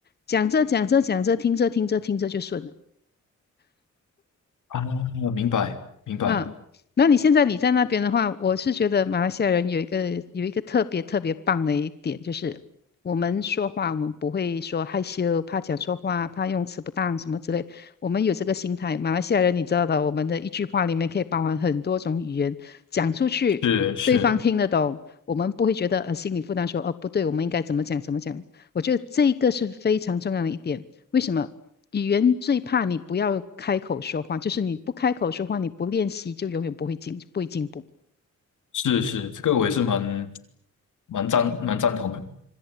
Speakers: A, on the left; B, on the left.
A: 讲着讲着讲着，听着听着听着就顺了。
B: 啊，明白明白，
A: 嗯，那你现在你在那边的话，我是觉得马来西亚人有一个有一个特别特别棒的一点，就是我们说话，我们不会说害羞、怕讲错话、怕用词不当什么之类，我们有这个心态。马来西亚人你知道的，我们的一句话里面可以包含很多种语言，讲出去对方听得懂，
B: 是是
A: 我们不会觉得呃心理负担说，哦不对，我们应该怎么讲怎么讲。我觉得这一个是非常重要的一点，为什么？语言最怕你不要开口说话，就是你不开口说话，你不练习就永远不会进，不会进步。
B: 是是，这个我也是蛮蛮赞蛮赞同的。